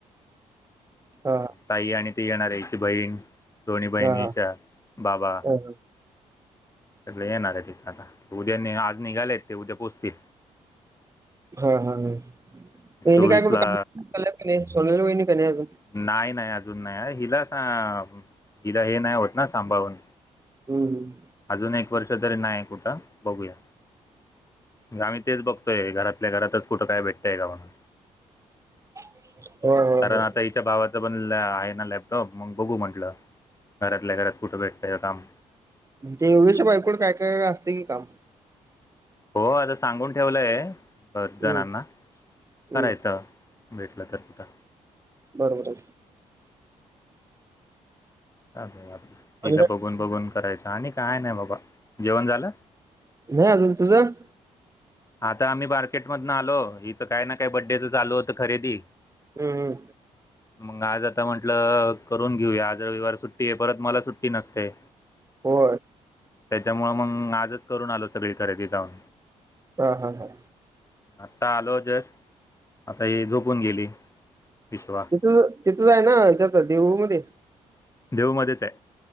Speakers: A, on the right; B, on the left.
A: का? हां,
B: ताई आणि ती येणारे हिची बहीण दोन्ही बहिणीच्या
A: हां, हां.
B: बाबा.
A: हां, हां.
B: सगळे येणार आहेत तिथंन, आता उद्या आज निघालेत ते उद्या पोचतील.
A: ह ह ह एनी
B: चोवीस
A: काय कुठं
B: ला
A: कामाला चाल्यात कि नाही, सोनुले वहिनी? का नाही अजून?
B: नाही नाही अजून नाही हिला आता हिला हे नाही होत, ना सांभाळून
A: हम.
B: अजून एक वर्ष तरी नाही कुठं? बघूया गा आम्ही तेच बघतोय घरात घरातल्या घरातच कुठं काय भेटतय का म्हनून?
A: <unintelligible>
B: कारण,
A: होय.
B: आता हिच्या भावाच पण आहे ना लॅपटॉप मग बघू म्हंटल, घरातल्या घरात कुठं भेटतय का काम?
A: त्या योगेशच्या बायको कडं काय काय असतय, की काम?
B: हो आता सांगून ठेवलय बरेच जणांना
A: हं, हं.
B: करायचं भेटलं तर कुठं.
A: बरोबर,
B: चालतंय
A: आणि काय?
B: बघून-बघून करायचं आणि काय नाही बाबा जेवण झालं
A: नाही अजून तुझं
B: आता आम्ही मार्केटमधन आलो हिच काय ना काय बड्डेच चालू होतं खरेदी
A: हं, हं.
B: मग आज आता म्हंटलं करून घेऊया आज रविवार सुट्टी आहे परत मला सुट्टी नसते
A: हो,
B: त्याच्यामुळं मग आजच करून आलो सगळी खरेदी जाऊन
A: हा! हा! हा,
B: आता आलो जस्ट आता ही झोपून गेली, विश्वा
A: तिथ तिथच आहे ना त्यात देऊ मध्ये,
B: देऊ मध्येच आहे.